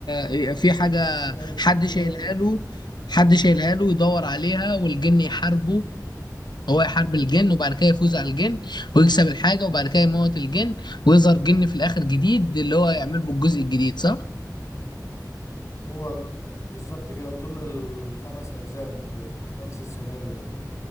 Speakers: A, on the left; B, on the left.
A: بيبقى في حاجة
B: هي
A: حد
B: هي
A: شايلها
B: هي الفكرة
A: له حد شايلها له يدور عليها والجن يحاربه هو يحارب الجن وبعد كده يفوز على الجن ويكسب الحاجة وبعد كده يموت الجن ويظهر جن في الآخر جديد اللي هو يعمل بالجزء الجديد صح؟
B: هو بالظبط كده طول الخمس أجزاء بنفس السيناريو ده